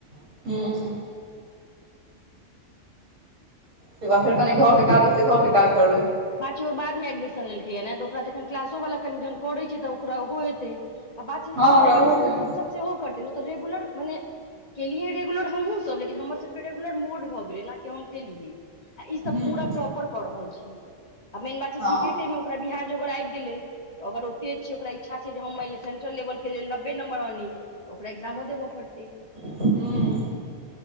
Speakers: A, on the right; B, on the left.
A: हूँ तऽ बाद फेर कनि घरके काज होतै घरके काज करबै
B: पाछु ओ बादमे एडमिशन लेलकै ने तऽ ओकरा तखन क्लासोवला कनि जखन करै छी तऽ ओकरा ओहो हेतै आ बात छै
A: हँ ओकरा
B: तोरा
A: ओहो
B: इन्टर्नशिप
A: छै
B: सेहो करते तऽ रेगुलर मने केलियै रेगुलर हमहुँ सभ, लेकिन हमर सभके रेगुलर मोड भऽ गेलै ने, की हम केलियै आ ई सभ
A: हूँ
B: पूरा प्रॉपर कऽ रहल छीयै आ मेन बात छै
A: हँ
B: सीटेटे मे ओकरा बिहार जोगर आबि गेलै तऽ ओते छै ओकरा इच्छा छै जे हम मान लअ सेन्ट्रल लेवलके लेल नब्बे नम्बर आनी तऽ ओकरा एग्जामो देबऽ पड़तै
A: ह्म